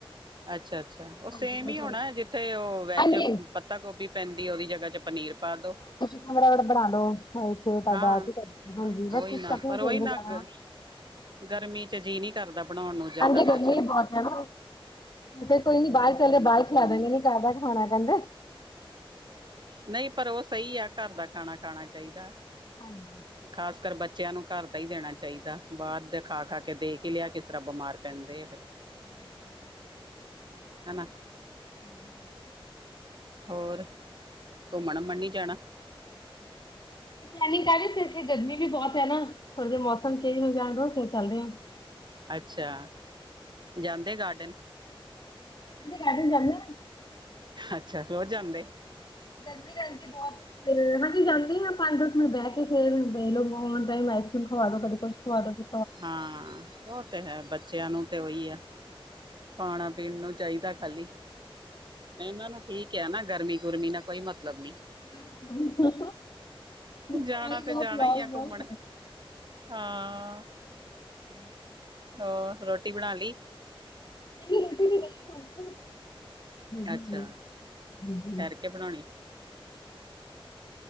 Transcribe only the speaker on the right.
ਅੱਛਾ-ਅੱਛਾ। ਉਹ ਸੇਮ
ਈ ਹੋਣਾ, ਜਿੱਥੇ ਉਹ ਵੈਜ
ਪੱਤਾ-ਗੋਭੀ ਪੈਂਦੀ, ਉਹਦੀ ਜਗ੍ਹਾ 'ਚ ਪਨੀਰ ਪਾ ਦੋ।
ਹਾਂ
ਉਹੀ
ਨਾ
ਪਰ
ਉਹੀ ਨਾ
ਗ- ਗਰਮੀ 'ਚ ਜੀਅ ਨੀ ਕਰਦਾ, ਬਣਾਉਣ ਨੂੰ ਜ਼ਿਆਦਾ
ਕੁਛ।
ਨਹੀਂ ਪਰ ਉਹ ਸਹੀ ਆ, ਘਰ ਦਾ ਖਾਣਾ-ਖਾਣਾ ਚਾਹੀਦਾ।
ਖ਼ਾਸ ਕਰ ਬੱਚਿਆਂ ਨੂੰ ਘਰ ਦਾ ਈ ਦੇਣਾ ਚਾਹੀਦਾ। ਬਾਹਰ ਦੇ ਖਾ-ਖਾ ਕੇ ਦੇ ਕਿਲਿਆ ਕਿਸ ਤਰ੍ਹਾਂ ਬਿਮਾਰ ਪੈਂਦੇ ਆ ਫੇਰ।
ਹਨਾ।
ਹੋਰ ਘੁੰਮਣ ਮਣ ਨੀ ਜਾਣਾ।
ਅੱਛਾ, ਜਾਂਦੇ ਗਾਰਡਨ।
ਅੱਛਾ ਰੋਜ ਜਾਂਦੇ।
ਹਾਂ ਉਹ ਤਾਂ ਹੈ, ਬੱਚਿਆਂ ਨੂੰ ਤਾਂ ਵੋਈ ਐ। ਖਾਣਾ ਪੀਣ ਨੂੰ ਚਾਹੀਦਾ ਖਾਲੀ, ਇਹਨਾਂ ਨੂੰ ਠੀਕ -ਕ ਨਾ ਗਰਮੀ- ਗੁਰਮੀ ਨਾਲ ਕੋਈ ਮਤਲਬ ਨੀ।
ਜਾਣਾ
ਤੇ ਜਾਣਾ
ਈ ਆ
ਘੁੰਮਣ। ਹਾਂ।
ਹੋਰ ਰੋਟੀ ਬਣਾ ਲੀ।
ਅੱਛਾ ਠਹਿਰ ਕੇ ਬਣਾਉਣੀ